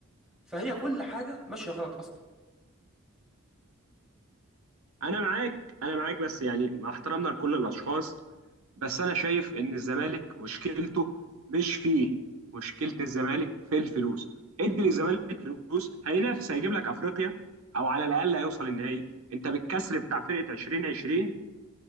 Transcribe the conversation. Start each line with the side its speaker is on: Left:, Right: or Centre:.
Centre: فهي كل حاجه ماشيه غلط اصلا
Right: انا معاك انا معاك بس يعني مع احترامنا لكل الاشخاص بس انا شايف ان الزمالك مشكلته مش فيه مشكله الزمالك في الفلوس ادي للزمالك فلوس هينافس هيجيب لك افريقيا او على الاقل هيوصل النهائي انت بالكسر بتاع فرقه 2020